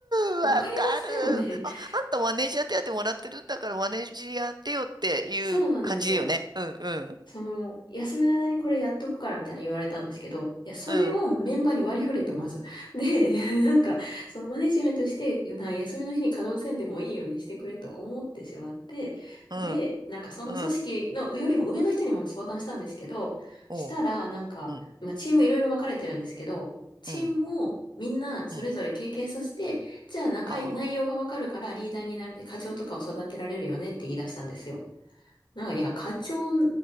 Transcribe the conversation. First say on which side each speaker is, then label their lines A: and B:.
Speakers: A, on the right; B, on the left.
A: る、わかる。
B: わかりますよね。<laughs>
A: あ、あんたマネージャー手当もらってるんだからマネージャー手よっていう感じだよね。
B: そうなんですよ。
A: うんうん。
B: その、休みの間にこれやっとくからみたいな言われたんですけど、いや、それをメンバーに割り振れと、
A: うん
B: まず。で、<laughs> なんか、そのマネジメントして、な、休みの日に稼働せんでもいいようにしてくれと思ってしまって、
A: うん
B: で、なんかその組織のよりも上の人にも相談したんですけど、
A: うん。おう。
B: したら、なんか、
A: うん
B: まあ、チームいろいろ分かれてるんですけど、チームをみんなそれぞれ経験させて、
A: うんうん。
B: じゃあ中い、
A: ああ。
B: 内容が分かるからリーダーになれて課長とかを育てられるよねって言い出したんですよ。なんか、いや、課長